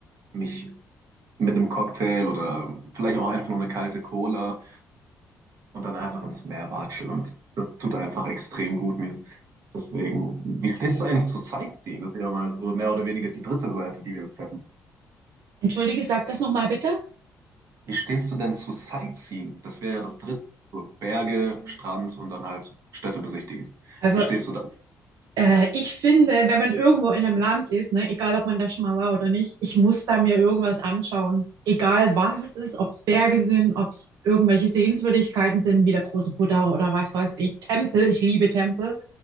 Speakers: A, on the right (about 60°); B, on the right (about 80°).
A: mich mit einem Cocktail oder vielleicht auch einfach nur eine kalte Cola und dann einfach ins Meer watschel. Und das tut einfach extrem gut mir. Deswegen, wie stehst du eigentlich zur Sightseeing? Das ist ja mal so mehr oder weniger die dritte Seite, die wir jetzt hätten.
B: Entschuldige, sag das nochmal bitte.
A: Wie stehst du denn zu Sightseeing? Das wäre ja das dritte. So Berge, Strand und dann halt Städte besichtigen.
B: Also
A: Wie stehst du da?
B: Äh, ich finde, wenn man irgendwo in einem Land ist, ne, egal ob man da schon mal war oder nicht, ich muss da mir irgendwas anschauen. Egal was es ist, ob es Berge sind, ob es irgendwelche Sehenswürdigkeiten sind, wie der große Buddha oder was weiß ich, Tempel, ich liebe Tempel.